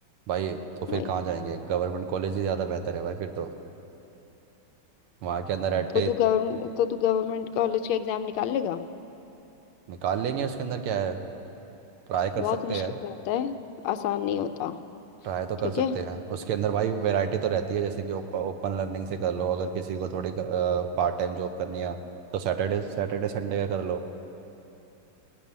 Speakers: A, on the right; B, on the left.
A: भाई तो फिर
B: भाई।
A: कहाँ जाएंगे गवर्नमेंट कॉलेज ही ज़्यादा बेहतर है भाई फिर तो वहाँ के अंदर एट
B: तो तू गवर्न तो तू गवर्नमेंट कॉलेज का एग्जाम निकाल लेगा
A: निकाल लेंगे उसके अंदर क्या है ट्राई कर
B: बहुत
A: सकते
B: मुश्किल
A: हैं
B: रहता है आसान नहीं होता
A: ट्राई तो कर
B: ठीक
A: सकते
B: है
A: हैं उसके अंदर भाई वैरायटी तो रहती है जैसे कि ओपन लर्निंग से कर लो अगर किसी को थोड़ी पार्ट टाइम जॉब करनी है तो सैटरडे सैटरडे संडे का कर लो